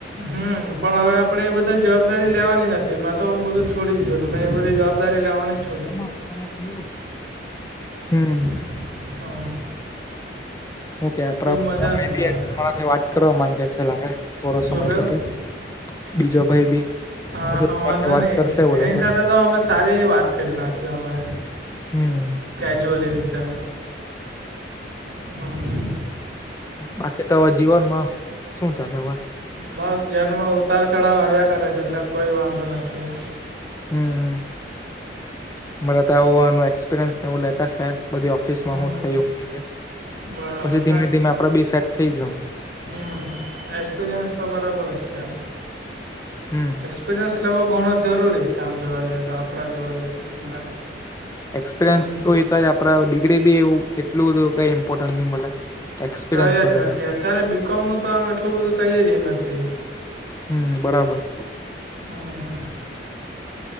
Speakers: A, on the right; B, on the left.
A: હમ્મ. પણ હવે આપણે એ બધી જવાબદારી લેવાની નથી, મેં તો હું બધું છોડી દીધેલું. મેં એ બધી જવાબ દારી લેવાની છ
B: <unintelligible> હમ્મ.
A: <unintelligible> હમ્મ.
B: હું કહે?
A: મજા નહીં આવે
B: <unintelligible> વાત કરવા માંગે છે લાગે, થોડો સમય
A: શું કેવું
B: પછી. બીજો ભાઈ બી
A: હા,
B: પછી
A: હા
B: તમારી
A: વાંધો
B: સાથે વાત
A: નહીં.
B: કરશે એવું
A: એની
B: લાગે
A: સાથે તો અમે સારી એવી વાત કરી નાખી અમે.
B: હમ.
A: કેજ્યુઅલી રીતે. હમ્મ
B: બાકી તો હવે જીવનમાં શું ચાલે હવે?
A: બસ જીવન માં ઉતાર ચઢાવ આવ્યા કરે છે, એટલે કોઈ વાંધો નથી.
B: હમ્મ. મને તો <unintelligible> એક્સપિરીયન્સ ને એવું લેતાં સે, બધી <unintelligible> ઓફીસમાં
A: હમ
B: હું થાય હું ની તે
A: બરાબર
B: પછી ધીમે-ધીમે આપણે બી સેટ થઈ જહું.
A: હમ્મ. એક્સપીરિયન્સ તો બરાબર જ છે.
B: હમ્મ.
A: એક્સપિરિયન્સ લેવો ઘણો જરૂરી છે આમ જોવા જઈએ તો આપણા જોવા જઈએ એટલે.
B: એક્સપિરિયન્સય
A: હમ
B: તો ઈ તો જે આપણા ડિગ્રી બી એવું એટલું બધું કંઈ ઇમ્પોર્ટન્ટ નહીં મલે. એક્સપિરિયન્સ
A: કંઈ જ
B: વધારે
A: નથી. અત્યારે બી કોમ નું તો આમ એટલું બધું કંઈ જ નથી.
B: હમ્મ, બરાબર.
A: હમ્મ-હમ્મ,